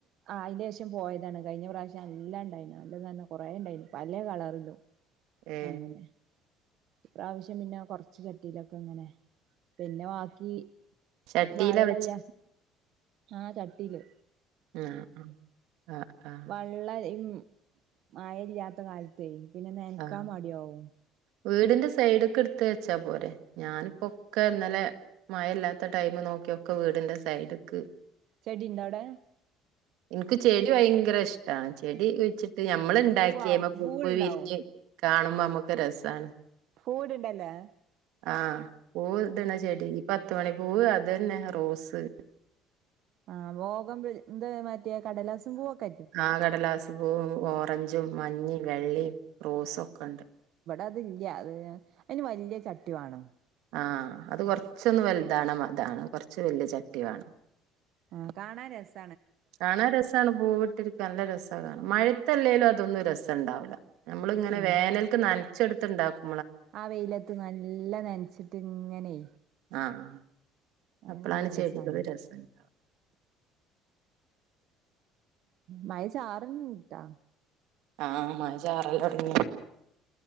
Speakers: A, on the right; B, on the right.
A: ആ അതിനു ശേഷം <unintelligible> പോയതാണ് കഴിഞ്ഞ പ്രാവശ്യം എല്ലാം ഉണ്ടായിരുന്നതാണ് <inaudible> കുറെ ഉണ്ടായിരുന്നു പല കളറിലും
B: ഏ
A: അങ്ങനെ ഈ പ്രാവശ്യം പിന്നെ കുറച്ച് ചട്ടിയിലൊക്കെ ഇങ്ങനെ പിന്നെ ബാക്കി
B: ചട്ടിയിലാ
A: വഇളല്ല.
B: വെച്ച്
A: ആ ചട്ടിയില്.
B: ങ്അ ങ ആ ആ
A: വള ഉം മഴയില്ലാത്ത കാലത്തേ പിന്നെ നനക്കാൻ
B: ആ
A: മടിയാവും.
B: വീടിന്റെ സൈഡിലൊക്കെ എടുത്ത് വച്ചാ പോരെ ഞാനിപ്പോ ഒക്കെ ഇന്നലെ മഴയില്ലാത്ത ടൈമ് നോക്കി ഒക്കെ വീടിന്റെ സൈഡിക്ക്
A: ചട്ടിയുണ്ടോ അവിടെ?
B: എനിക്ക് ചെടി ഭയങ്കര ഇഷ്ടാണ് ചെടി വെച്ച് ത് നമ്മൾ ഉണ്ടാക്കിയപ്പ
A: പൂവാവും
B: പൂവ്
A: പൂവുണ്ടാവും
B: വിരിഞ്ഞ്. കാണുമ്പം നമ്മക്ക് രസാണ്.
A: പൂവിടുണ്ടില്ലെ?
B: ങഅ പൂ ഇടണ ചെടി ഇപ്പ പത്ത് മണിപൂ, അതെന്നെ റോസ്.
A: <unintelligible> പൂവൊക്കെ പറ്റും
B: ങഅ ആ കാലാസും പൂ, ഒറഞ്ചും. മഞ്ഞി, വെള്ളി റോ സൊക്കെണ്ട്.
A: അത് ഇല്ല അത് ന് അതിന് വല്ല്യ ചട്ടി വാണം.
B: ആഹ് അത് കൊർച്ചൊന്ന് വൽതാണ് വ അതതാണ് കൊർച്ച് വല്യ ചട്ടി വാണം
A: ആഹ് കാണാൻ രസ
B: കാണാൻ രസാണ്, പൂവിട്ടിരിക്ക നല്ല രസാ കാണാ മഴത്തല്ലേലും അതൊന്നും രസണ്ടാവൂല. നമ്മള് ഇങ്ങനെ
A: ആഹ്
B: വേനൽക്ക് നല്ല <unintelligible>
A: ആ വെയിലത്ത് നല്ല നൻച്ചിട്ട് ഇങ്ങനെ
B: ആഹ്
A: അതാവുമ്പോ
B: അപ്പളാണ് ചെടികളും
A: രസാണ്
B: രസണ്ടാ
A: മഴ ചാർ ണ് ണ്ട് ട്ടോ
B: ആഹ് മഴ ചാറലൊടങ്ങി